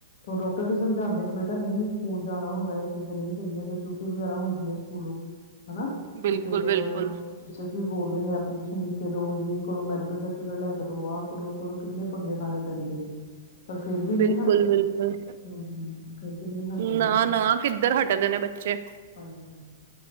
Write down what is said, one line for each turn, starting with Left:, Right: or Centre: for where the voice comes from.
Left: ਹੁਨ ਡਾਕਟਰ ਵੀ ਸਮਝਾਂਦੇ ਨੇ। ਬੇਟਾ ਨਹੀਂ, ਸਕੂਲ ਜਾਣਾ ਹੁੰਦਾ, ਇਹ ਚੀਜ਼ਾਂ ਨਹੀਂ ਚੰਗੀਆ ਫਿਰ ਛੁੱਟੀ ਵਗੈਰਾ ਹੁੰਦੀ ਹੈ, ਸਕੂਲੋਂ ਹਨਾ,
Right: ਬਿਲਕੁਲ
Left: ਤੇ ਫਿਰ
Right: ਬਿਲਕੁਲ
Left: ਟੀਚਰਸ ਵੀ ਬੋਲਦੇ ਨੇ, ਐਪਲੀਕੇਸ਼ਨ ਲਿਖਕੇ ਦੋ, ਯੇ ਕਰੋ ਮੈਡੀਕਲ ਸਰਟੀਫਿਕੇਟ ਲੈਕੇ ਦੋ, ਆਹ ਕਰੋ। ਉਦੋਂ ਕਿੰਨੇ ਪੰਗੇ ਖਾਨੇ ਪੈਂਦੇ ਆ। ਪਰ ਫਿਰ ਵੀ ਨਹੀਂ
Right: ਬਿਲਕੁਲ
Left: ਹਟਦੇ,
Right: ਬਿਲਕੁਲ
Left: ਹੂੰ, ਫਿਰ ਵੀ ਨਹੀਂ ਹਟਦੇ
Right: ਨਾ
Left: ਹਨਾ।
Right: ਨਾ ਕਿੱਧਰ ਹਟਦੇ ਨੇ ਬੱਚੇ
Left: ਹਾਂਜੀ-ਹਾਂਜੀ।